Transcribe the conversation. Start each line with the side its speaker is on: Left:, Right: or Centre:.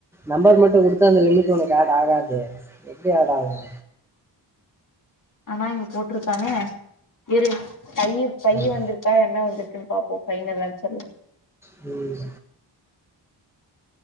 Centre: நம்பர் மட்டு குடுத்தா அந்த லிமிட் உனக்கு ஆட் ஆகாது எப்டி ஆட் ஆகு
Left: ஆனா இங்க போட்ருக்கானே இரு பையி பையி
Centre: ம்
Left: வந்திருக்கா என்ன வந்திருக் போய் பாப்போம் ஃபைனல் ஆன்சர்ல
Centre: ம்